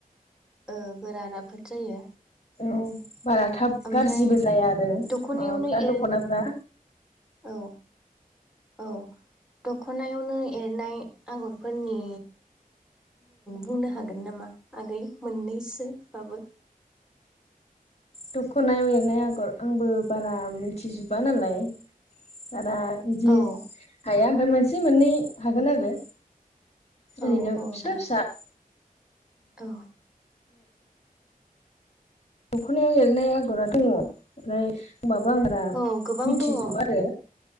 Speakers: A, in the centre; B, on the left.
A: ओ, गोरा राफोद जायो।
B: औ। बारा थाब
A: ओमफ्राय
B: गाज्रिबो जाया आरो
A: दख'नायावनो
B: माबाफ्रा
A: एर
B: दख'नाफ्रा
A: औ औ दख'नायावनो एरनाय आगरफोरनि बुंनो हागोन नामा आगै मोननैसोबाबो?
B: दख'नायाव एरनाय आगर आंबो बारा मिथिजोबा नालाय बारा बिदि
A: औ
B: हाया ओमफ्राय मोनसे मोननै हागोन आरो।
A: औ
B: ओरैनो
A: औ
B: फिसा
A: दे
B: फिसा
A: औ
B: दख'नायाव एरनाय आगरा दङ ओमफ्राय होनबाबो आं बारा
A: औ गोबां
B: मिथिजोबा
A: दङ औ
B: आरो